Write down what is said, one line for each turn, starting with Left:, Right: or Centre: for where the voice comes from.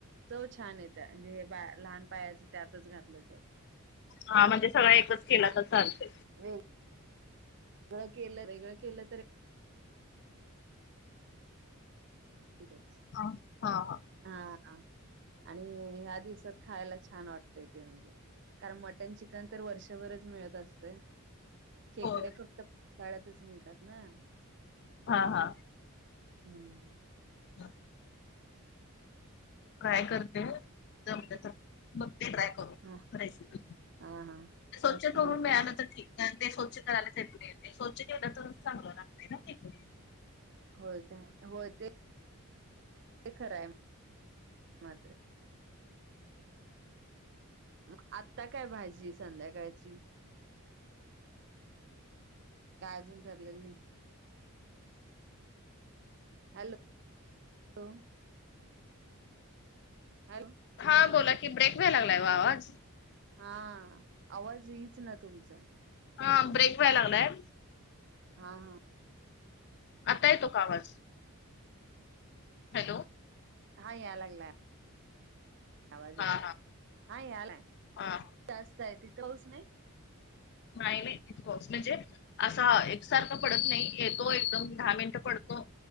Right: चव छान येत्या, म्हणजे हे लहान पायाचं त्यातच घातलं तर.
Left: हा म्हणजे सगळा एकच केला तर चालतय.
Right: वे वेगळ केलं वेगळं केलं तर <unintelligible>
Left: हा हा हा.
Right: हा हा, आणि ह्या दिवसात खायला छान वाटतय ते म्हणजे कारण मटन चिकन तर वर्षभरच मिळत असतय. खेकडे
Left: होय
Right: फक्त पासाळ्यातच मिळतात ना.
Left: हा हा.
Right: हम्म.
Left: <unintelligible> <inaudible> ट्राय करते, जमलं तर बघते ट्राय करून
Right: हा
Left: रेसिपी,
Right: हा हा
Left: स्वच्छ
Right: नक्की
Left: करून
Right: नक्की
Left: मिळाला तर ठीक. कारण ते स्वच्छ करायलाच येत नाही, ते स्वच्छ केलं तर चांगलं लागते न्हवं खेकडे.
Right: होय काय? होय ते ते खरं आहे मात्र <unintelligible> आत्ता काय भाजी संध्याकाळची? काय अजून ठरलेलं नाही. Hello <unintelligible> hello.
Left: हा बोला कि ब्रेक व्हाय लागलाय व आवाज.
Right: हा, आवाज येईच ना तुमचा.
Left: हा ब्रेक व्हाय लागलाय.
Right: हा हा
Left: आता येतो का आवाज? हॅलो.
Right: हा याय लागलाय, आवाज
Left: हा
Right: या लाग,
Left: हा
Right: हा यालाय.
Left: हा
Right: जास्त आहे तिथं पाऊस नाही.
Left: नाही नाही इथं पाऊस म्हणजे? असं एकसारखं पडत नाही येतो एकदम दहा मिनिटं पडतो.